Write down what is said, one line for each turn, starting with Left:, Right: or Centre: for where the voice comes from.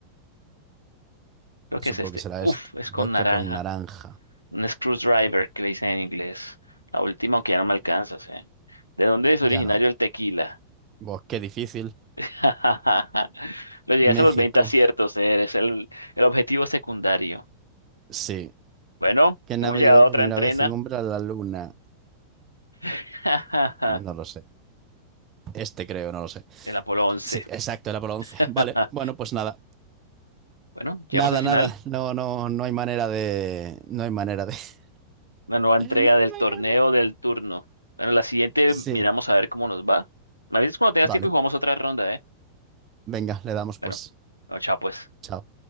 Left: Creo que
Right: Supongo
Left: es este.
Right: que será
Left: Uf,
Right: esto.
Left: es con
Right: Vodka
Left: naranja.
Right: con naranja.
Left: Un screwdriver, que le dicen en inglés. La última, aunque ya no me alcanzas, ¿eh? ¿De dónde es originario
Right: Ya no.
Left: el tequila?
Right: Buah, qué difícil.
Left: <laughs> Lo llegas
Right: México.
Left: a los 20 aciertos, ¿eh? Eres el, el objetivo secundario.
Right: Sí.
Left: Bueno,
Right: ¿Qué
Left: hemos
Right: nave
Left: llegado
Right: lleva
Left: a
Right: por
Left: otra
Right: primera
Left: entrena.
Right: vez un hombre a la luna?
Left: <laughs>
Right: No lo sé. Este creo, no lo sé.
Left: El Apolo Once.
Right: Sí, exacto,
Left: <laughs>
Right: era por once, Vale, bueno, pues nada.
Left: Bueno, llegamos
Right: Nada,
Left: al final.
Right: nada. No, no, no hay manera de. No hay manera de. <laughs>
Left: una nueva entrega
Right: No
Left: del torneo
Right: hay manera.
Left: del turno. Bueno, la siguiente
Right: Sí,
Left: miramos a ver cómo nos va. Me avisas cuando tengas
Right: vale.
Left: tiempo y jugamos otra ronda, ¿eh?
Right: Venga, le damos pues.
Left: Bueno, no, chao pues.
Right: Chao.